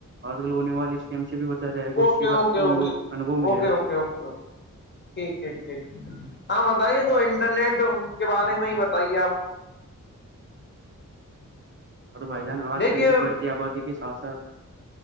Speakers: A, on the right; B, on the left.
A: آج کل ہونے والے ہم سے بھی بتا جائے گا
B: اوکے
A: اس سے بھی
B: اوکے
A: آپ کو
B: اوکے
A: انھ
B: اوکے
A: ملےا
B: اوکے اوکے ٹھیک ٹھیک ٹھیک ہاں بتائیے تو انٹرنیٹ کے بارے میں ہی بتائیے آپ
A: اور بھائی جان آج
B: دیکھیے
A: کل کی بڑھتی آبادی کے ساتھ ساتھ